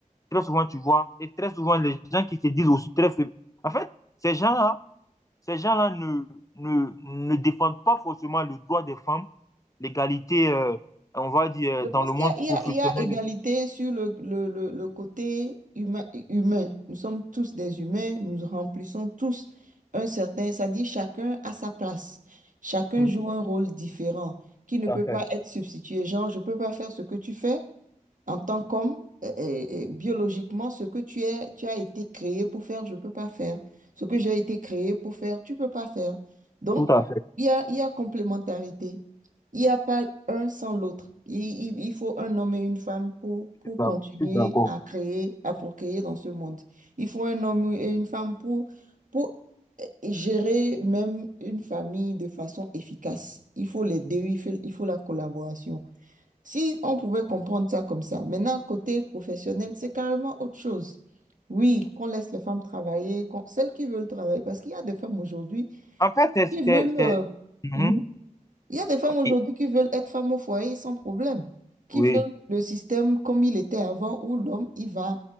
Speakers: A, on the left; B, on the right.
A: Très souvent, tu vois, et très souvent, les gens qui se disent aussi très faibles. En fait, ces gens-là, ces gens-là ne, ne, ne défendent pas forcément le droit des femmes, l'égalité, euh, on va dire, euh,
B: Je pense
A: dans le
B: qu'il
A: monde
B: y a, il y
A: professionnel.
B: a- il y a égalité
A: et
B: sur le, le- le- le côté humain, humain. Nous sommes tous des humains, nous remplissons tous un certain, ça dit chacun à sa place. Chacun
A: tout. Mhm.
B: joue un rôle différent qui
A: Tout
B: ne peut
A: à fait,
B: pas être substitué. Genre, je ne peux pas faire ce que tu fais, en tant qu'homme, euh, euh, euh, biologiquement, ce que tu es, tu as été créé pour faire, je ne peux pas faire. Ce que j'ai été créé pour faire, tu ne peux pas faire. Donc,
A: tout à fait,
B: il y a, il y a complémentarité. Il n'y a pas un sans l'autre. Il, il- il faut un homme et une femme pour, pour
A: je suis d'accord.
B: continuer
A: je suis d'accord.
B: à créer, à procréer dans ce monde. Il faut un homme et une femme pour, pour euh, gérer même une famille de façon efficace. Il faut les deux, il faut il faut la collaboration. Si on pouvait comprendre ça comme ça. Maintenant, côté professionnel, c'est carrément autre chose. Oui, qu'on laisse les femmes travailler, qu'on- celles qui veulent travailler, parce qu'il y a des femmes aujourd'hui
A: En fait, c'est,
B: qui veulent...
A: c'est, c'est-
B: euh,
A: Mhm.
B: mhm. Il y a des femmes
A: Ok,
B: aujourd'hui qui veulent être femmes au foyer sans problème, qui
A: Oui.
B: veulent le système comme il était avant, où l'homme, il va